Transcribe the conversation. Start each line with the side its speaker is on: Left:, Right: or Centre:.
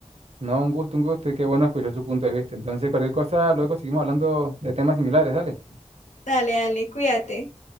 Right: No, un gusto, un gusto y qué bueno escuchar su punto de vista. Entonces, cualquier cosa, luego seguimos hablando de temas similares, dale.
Left: Dale, dale, cuídate.